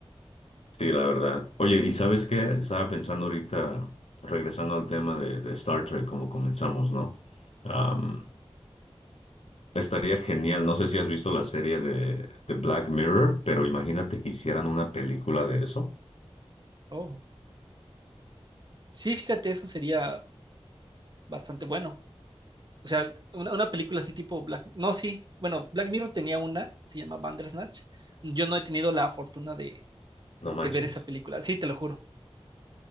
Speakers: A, on the left; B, on the right.
A: Sí, la verdad. Oye, ¿y sabes qué? Estaba pensando ahorita, regresando al tema de, de Star Trek, como comenzamos, ¿no? Am, estaría genial, no sé si has visto la serie de, de Black Mirror, pero imagínate que hicieran una película de eso.
B: Oh, sí, fíjate, eso sería bastante bueno. O sea, una, una película así tipo Black, no, sí, bueno, Black Mirror tenía una, se llama Bandersnatch. Yo no he tenido la fortuna de,
A: No manches.
B: de ver esa película, sí, te lo juro,